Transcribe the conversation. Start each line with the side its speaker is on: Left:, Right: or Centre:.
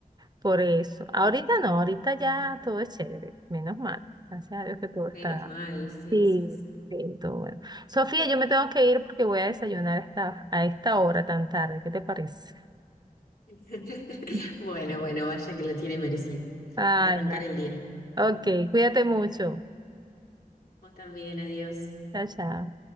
Right: por eso. Ahorita no, ahorita ya todo es chévere, menos mal. Gracias a Dios que todo
Left: menos
Right: está
Left: mal, sí,
Right: Sí,
Left: sí, sí.
Right: sí, todo bueno. Sofía, yo me tengo que ir porque voy a desayunar hasta a esta hora tan tarde. ¿Qué te parece?
Left: <laughs>
Right: <laughs>
Left: Bueno, bueno, vaya que lo tiene merecido
Right: Ay,
Left: para arrancar
Right: vale.
Left: el día.
Right: Ok, cuídate mucho.
Left: Vos también, adiós.
Right: Chao, chao.